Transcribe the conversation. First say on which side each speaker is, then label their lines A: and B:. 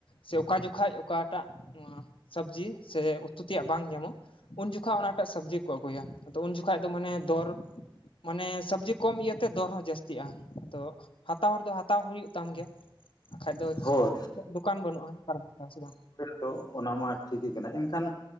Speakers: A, on the left (about 80°); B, on the left (about 50°).
A: ᱥᱮ ᱚᱠᱟ ᱡᱚᱠᱷᱟᱡ ᱚᱠᱟᱴᱟᱜ ᱱᱟᱣᱟ ᱥᱚᱵᱽᱡᱤ ᱥᱮ ᱩᱛᱩ ᱛᱮᱭᱟᱜ ᱵᱟᱝ ᱧᱟᱢᱚᱜ ᱩᱱ ᱡᱩᱠᱷᱟᱠ ᱚᱱᱟᱴᱟᱜ ᱥᱚᱵᱽᱡᱤ ᱠᱚ ᱟᱹᱜᱩᱭᱟ ᱱᱤᱛᱚᱜ ᱩᱱ ᱡᱚᱠᱷᱟᱡ ᱫᱚ ᱢᱟᱱᱮ ᱫᱚᱨ ᱢᱟᱱᱮ ᱥᱟᱵᱡᱤ ᱠᱚᱢ ᱤᱭᱟᱹᱛᱮ ᱫᱚᱨ ᱦᱚᱸ ᱡᱟᱹᱥᱛᱤᱜᱼᱟ ᱟᱫᱚᱜ ᱦᱟᱛᱟᱣ ᱦᱚᱲ ᱫᱚ ᱦᱟᱛᱟᱣ ᱦᱩᱭᱩᱜ ᱛᱟᱢ ᱜᱮᱭᱟ ᱵᱟᱠᱷᱟᱡ ᱫᱚ ᱪᱮᱜ
B: ᱦᱳᱭ
A: ᱫᱩᱠᱟᱱ ᱵᱟᱹᱱᱩᱜᱼᱟ ᱚᱠᱟ ᱨᱮᱢ ᱦᱟᱛᱟᱣᱟ ᱥᱮ ᱵᱟᱝ
B: ᱛᱚ ᱚᱱᱟ ᱢᱟ ᱴᱷᱤᱠ ᱜᱤ ᱠᱟᱱᱟ ᱮᱱᱠᱷᱟᱱ